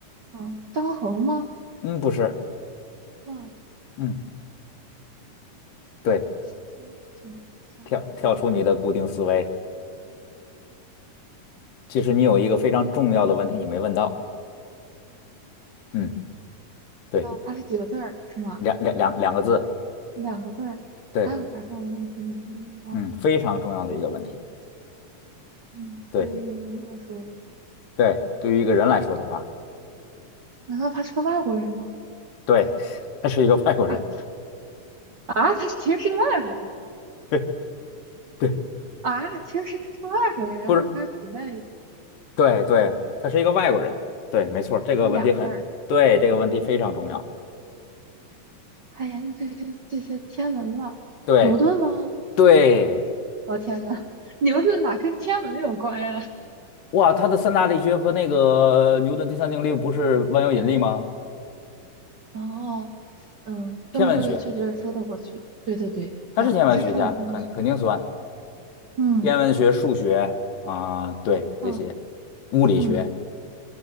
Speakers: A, on the right; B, on the left.
A: 嗯，张衡吗？
B: 嗯，不是。
A: 嗯，
B: 嗯，
A: 不知道，
B: 对，
A: 是是什么相关的？
B: 跳跳出你的固定思维。其实你有一个非常重要的问题你没问到。嗯，对，
A: 哦，他是几个字儿是吗？
B: 两两两两个字，
A: 两个字儿，
B: 对，
A: 还有啥这样的问题没问到呢
B: 嗯，非常重要的一个问题。
A: 嗯，
B: 对
A: 对于一个人来说的话，
B: 对，对于一个人来说的话，
A: 难道他是个外国人吗？
B: 对，<laughs> 他是一个外国人。
A: 啊啊，他其实是个外国人
B: 对对，
A: 啊，其实是他是个外国人，然后还古代
B: 不是，对对，他是一个外国人。对，没错，这个问题很，
A: 还俩字儿。
B: 对，这个问题非常重要。
A: 还研究这些这些天文了？
B: 对
A: 牛顿吗？
B: 对，
A: 我、天呐，<laughs> 牛顿哪跟天文有关呀？
B: 哇，他的三大力学和那个牛顿第三定律不是万有引力吗？
A: 哦，嗯，这么说也确实说得过去。
B: 天文学，
A: 对对对，
B: 他是天文学家，
A: 呀，支撑了天文学。
B: 肯肯定算。
A: 嗯，
B: 天文学、数学啊、对这些
A: 好，
B: 物理学，
A: 嗯，